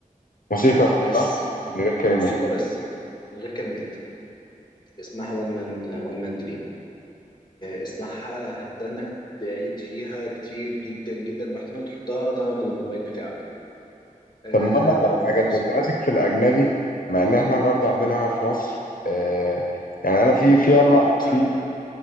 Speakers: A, on the left; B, on the left.
A: موسيقى
B: آه،
A: بس
B: بس
A: صح من غير كلمات
B: موسيقى بس من غير كلمات اسمها وان مان وان مان دريم اسمعها هتدنك تعيد فيها كتير جدا جدا واحتمال تحطها نغمه للموبايل بتاعك آه،
A: طب ما اقول لك على
B: فظيع
A: حاجة انت انت ماسك في الاجنبي مع ان احنا برضو عندنا هنا في مصر آه يعني انا في في
B: خيرت
A: اربع في